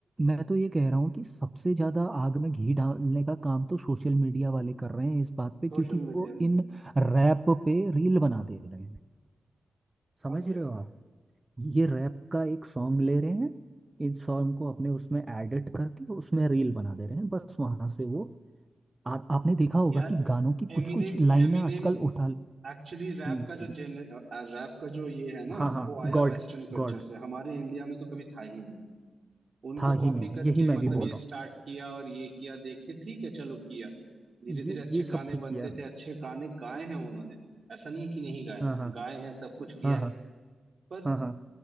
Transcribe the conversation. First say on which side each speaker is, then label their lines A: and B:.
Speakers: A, on the right (about 25°); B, on the right (about 60°).
A: मैं तो ये कह रहा हूँ कि सबसे ज्यादा आग में घी डालने का काम तो सोशल मीडिया वाले कर रहे हैं इस बात पे क्योंकि
B: सोशल मीडिया
A: वो
B: में
A: इन रैप पे रील बना दे रहे हैं समझ
B: और क्या
A: रहे हो आप ये रैप का एक सॉन्ग ले रहे हैं इस सॉन्ग को अपने उसमें एडिट करके उसमें रील बना दे रहे हैं बस वहां से वो आ, आपने देखा होगा
B: यार
A: कि गानों की कुछ
B: एमिनेम
A: कुछ लाइनें
B: एमिनेम
A: आजकल उठा
B: एक्चुअली रैप
A: हम्म,
B: का जो जेन रैप का जो ये है ना
A: हाँ हाँ
B: वो आया
A: गॉड
B: वेस्टर्न कल्चर
A: गॉड
B: से हमारे इंडिया में तो कभी था ही नहीं उनको
A: था
B: कॉपी
A: ही नहीं
B: करके
A: यही मैं
B: मतलब
A: भी बोल
B: ये
A: रहा
B: स्टार्ट किया और ये किया देख के ठीक है चलो किया धीरे
A: हूँ
B: धीरे
A: ये
B: अच्छे
A: ये सब
B: गाने
A: ठीक
B: बनते
A: किया
B: थे अच्छे गाने गाए हैं उन्होंने ऐसा नहीं है कि नहीं गाए हैं।
A: हाँ हाँ
B: गाए हैं सब कुछ किया
A: हाँ
B: है पर
A: हाँ हाँ